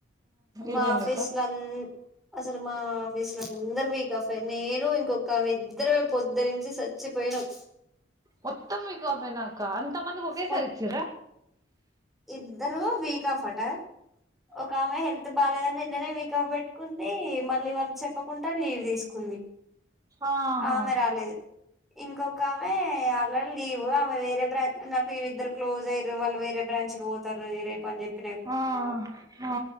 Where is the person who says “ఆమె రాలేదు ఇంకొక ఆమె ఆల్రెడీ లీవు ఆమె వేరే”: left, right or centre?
Centre